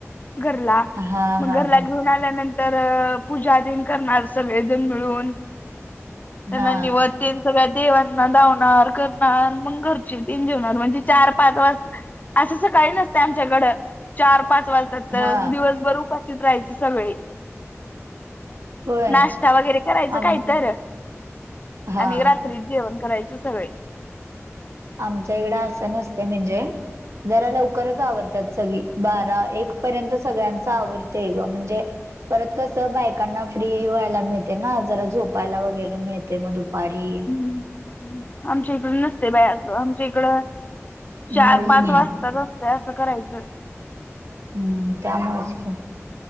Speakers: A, on the left; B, on the right.
A: घरला.
B: हा
A: मग
B: हा
A: घरला
B: हा
A: घेऊन आल्यानंतर तर पूजाधन करणार सगळेजण मिळून त्यांना
B: हा
A: निवद तेन सगळ्या देवांना दावणार करणार मग घरचे ते जेवणार म्हणजे चार पाच वाज असं अस काही नसत आमच्याकडं चार पाच वाजतात तर
B: हा
A: दिवसभर उपाशीच राहायचे सगळे
B: होय
A: नाश्ता वगैरे करायचा
B: आम
A: काय तर.
B: हा
A: आणि रात्रीच जेवण करायचे सगळे.
B: आमच्या इकडे असं नसते म्हणजे जरा लवकरच आवरतात सगळी. बारा एक पर्यंत सगळ्यांच आवरतेय ग म्हणजे परत कस बायकांना फ्री व्हायला मिळते ना जरा झोपायला वगैरे मिळते मग दुपारी.
A: आमच्या इकड नस ते बाई असं आमच्या इकड
B: हम्म
A: चार पाच वाजताच असतं असं करायचं
B: हम्म त्यामुळच की.